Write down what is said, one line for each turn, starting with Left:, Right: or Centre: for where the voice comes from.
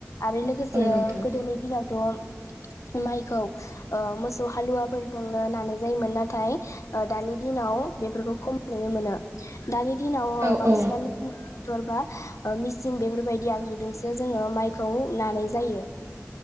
Left: आरो लोगोसे
Right: औ नोंथां
Left: गोदोनि दिनावथ' माइखौ मोसौ हालुवाफोरजोंनो नानाय जायोमोन नाथाय दानि दिनाव बेफोरखौ खम नुनो मोनो दानि दिनाव
Right: औ
Left: बाबाय
Right: औ
Left: आगुो ज म खौ नानाय जायो